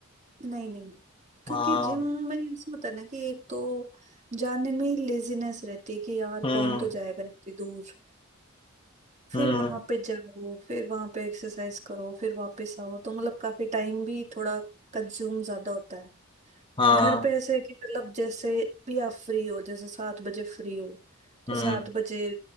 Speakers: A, on the right; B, on the left.
A: नहीं नहीं क्योंकि
B: हाँ
A: जिम में ऐसा होता है ना कि एक तो जाने में ही लेजीनेस रहती है कि यार
B: हम्म
A: कौन तो जाएगा इतनी दूर
B: हम्म
A: फिर वहां पे जाओ फिर वहां पे एक्सरसाइज करो फिर वापस आओ तो मतलब काफी टाइम भी थोड़ा कंज्यूम ज्यादा होता है
B: हाँ
A: घर पे ऐसा है कि मतलब जैसे भी आप फ्री हो जैसे सात बजे फ्री हो
B: हम्म
A: तो सात बजे